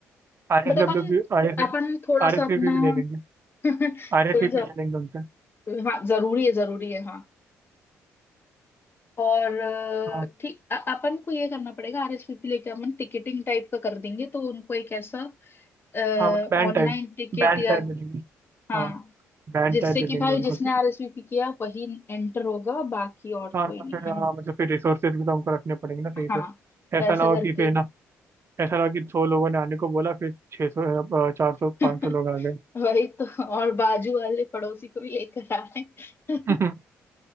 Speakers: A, on the right; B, on the left.
A: आर
B: बट
A: एस
B: अपन
A: डब्ल्यू भी आर एस
B: अपन थोड़ा
A: आर
B: सा
A: एस
B: अपना
A: भी ले लेंगे
B: <laughs>
A: आर एस
B: थोड़ा सा
A: भी ले लेंगे उनसे
B: हाँ जरूरी है जरूरी है हाँ और अ,
A: हाँ
B: ठीक अ- अपन को ये करना पड़ेगा आरएसवीपी लेके अपन टिकटिंग टाइप का कर देंगे तो उनको एक ऐसा ऑनलाइन
A: हाँ मतलब बैंड टाइप
B: टिकट
A: बैंड
B: या
A: टाइप दे देंगे
B: हाँ
A: हाँ बैंड
B: जिससे
A: टाइप दे
B: कि
A: देंगे
B: भाई
A: उनको
B: जिसने
A: कि
B: आरएसवीपी किया वही एंटर होगा बाकी और
A: हाँ
B: कोई
A: हाँ,
B: नहीं
A: फिर
B: है
A: हाँ
B: ना
A: हाँ, मतलब फिर रिसोर्सेज भी तो हमको रखने पड़ेंगे ना सही
B: हाँ
A: से
B: तो
A: ऐसा
B: ऐसा
A: ना हो
B: करके
A: कि फिर ना ऐसा ना हो कि सौ लोगों ने आने को बोला फिर छः सौ चार सौ
B: <laughs>
A: पाँच सौ लोग आ गए
B: वही तो और बाजू वाले पड़ोसी को भी लेकर आ रहे
A: <laughs>
B: हैं